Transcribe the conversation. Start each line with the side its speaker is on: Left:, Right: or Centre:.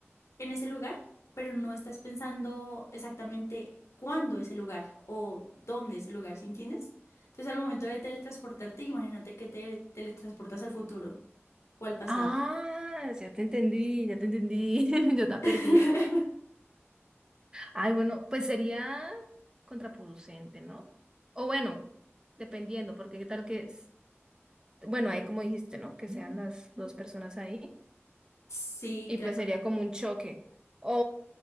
Left: en ese lugar, pero no estás pensando exactamente cuándo ese lugar o dónde ese lugar, ¿sí entiendes? Entonces, al momento de teletransportarte, imagínate que te teletransportas al futuro o al pasado.
Right: Ah, ya te entendí, ya te entendí. <laughs> Yo estaba
Left: <laughs>
Right: perdida. Ay, bueno, pues sería contraproducente, ¿no? O bueno, dependiendo, porque qué tal que, s- bueno, ahí como dijiste, ¿no? Que sean las dos personas ahí.
Left: Sí,
Right: y
Left: claro.
Right: pues sería como un choque. O,